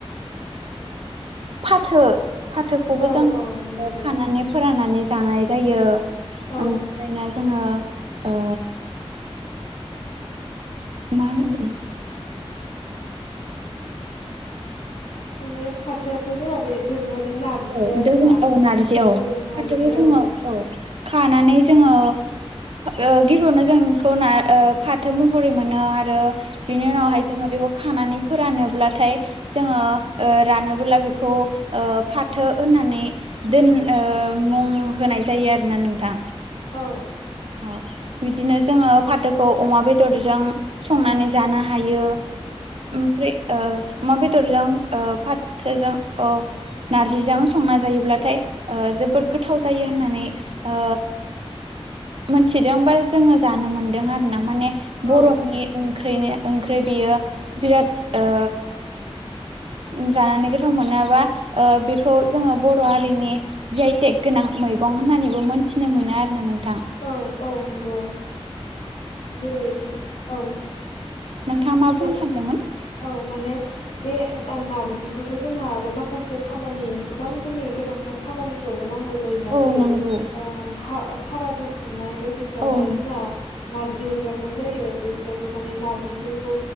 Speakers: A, on the right (about 60°); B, on the left (about 85°).
A: फाथो फाथोखौबो
B: औ
A: जोङो
B: औ नंगौ
A: खानानै फोराननानै जानाय जायो
B: औ
A: ओमफ्राय ना जोङो ओ मा होनोमोन
B: माने फाथोआथ' जोंहा बे दोरोङारि नारजिया
A: औ जों
B: जोंना
A: औ नारजि औ
B: दोरोङारि
A: फाथोखौ जोङो
B: औ
A: औ खानानै जोङो ओ गिबियावनो जोंखौ ना फाथो महरै मोनो आरो बिनि उनावहाय
B: औ
A: जोङो बेखौ खानानै फोरानोब्लाथाय जोङो रानोबोला बेखौ ओ फा थो होननानै दोन मुं होनाय जायो आरोना नोंथां।
B: औ
A: औ बिदिनो जोङो फाथोखौ अमा बेदरजों संनानै जानो हायो ओमफ्राय ओ अमा ओ बेदरजों फाथोजों औ नारजिजों संना जायोब्लाथाय जोबद गोथाव जायो होननानै ओ मोनथिदोंबा जोङो जानो मोनदों आरो ना माने
B: औ
A: बर'नि ओंखनि ओंख्रि बियो बिराद ओ जानानै गोथाव मोनाबा ओ बेखौ जोङो बर' हारिनि जि आइ टेक गोनां मैगं होननानैबो मोन्थिनो मोनो आरोना नों
B: औ औ नंगौ जेरै औ
A: नोंथांङा मा बुंनो
B: दे
A: सानदोंमोन?
B: औ माने बे नारजिखौथ' जोंहा आरो माखासे खामानि गोबां जोंनि गोनांथार खामानिफ्रावबो नांगौ जोयोना
A: औ
B: जेरै
A: नंगौ
B: ऐ हा सारादु खुंनाय बायदिफ्रावहाय
A: औ नंगौ
B: जोंहा नारजि अरगा नाय जायो बेफोरावबो माने नारजिफोरखौ